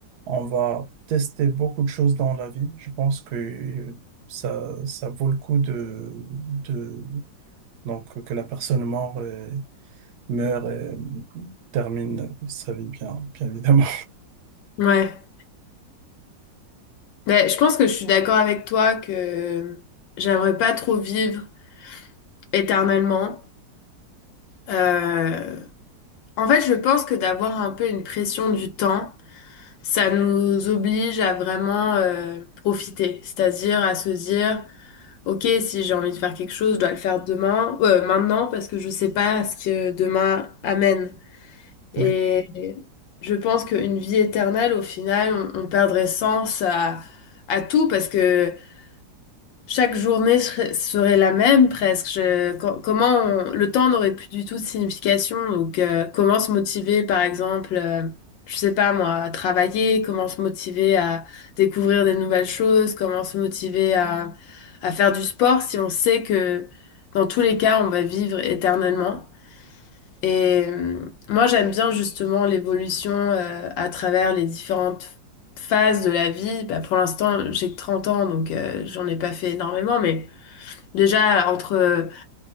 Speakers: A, on the right; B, on the left.
A: on va tester beaucoup de choses dans la vie. Je pense que ça, ça vaut le coup de, de, donc, que la personne meure et, meure et euh, termine sa vie bien, bien évidemment.
B: Ouais. Ben, je pense que je suis d'accord avec toi que j'aimerais pas trop vivre éternellement. Euh, En fait, je pense que d'avoir un peu une pression du temps. ça nous oblige à vraiment euh, profiter, c'est-à-dire à se dire, ok, si j'ai envie de faire quelque chose, je dois le faire demain, euh, maintenant, parce que je sais pas ce que demain amène. Et
A: Oui,
B: je pense qu'une vie éternelle, au final, on, on perdrait sens à, à tout, parce que chaque journée serait serait la même presque. Je- co- comment on- le temps n'aurait plus du tout de signification. Donc, euh, comment se motiver, par exemple, euh, je sais pas moi, à travailler, comment se motiver à découvrir des nouvelles choses, comment se motiver à, à faire du sport si on sait que dans tous les cas, on va vivre éternellement. Et euh, moi, j'aime bien justement l'évolution euh, à travers les différentes phases de la vie, bah, pour l'instant, j'ai que 30 ans, donc euh, j'en ai pas fait énormément, mais Déjà, entre euh,